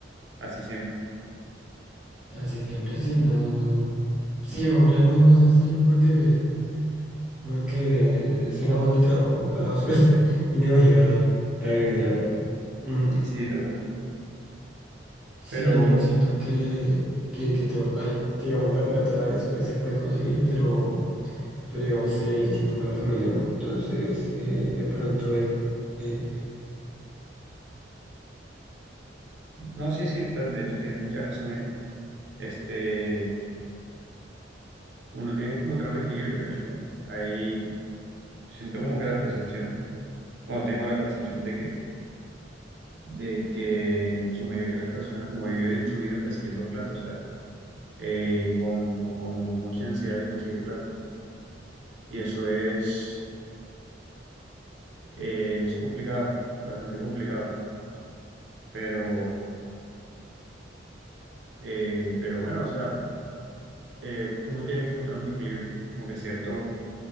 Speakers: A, on the right; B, in the centre.
A: así siempre.
B: así siempre sí, no, no. Sí, ojalá no, no sea así, porque, porque si no mando el trabajo a la basura <laughs> y me voy a, a vivir del arte. Mm,
A: Sí, sí, total.
B: sí,
A: Pero,
B: no, siento que, que, que to- ay, digamos, la plata después se puede conseguir, pero, pero digamos, eh, el tiempo con la familia no. Entonces, eh, de pronto hay que,
A: no, sí, sí, total, de hecho tienes mucha razón ahí. Este, uno tiene que encontrar un equilibrio, de hecho, ahí siento como que la percepción, bueno, tengo la percepción de que de que en su mayoría las personas como viven su vida persiguiendo plata, o sea, eh, y con, con, como con mucha ansiedad de conseguir plata. Y eso es, eh, es complicado, bastante complicado, pero, eh, pero bueno, o sea, eh, uno tiene que encontrar un equilibrio, como que cierto,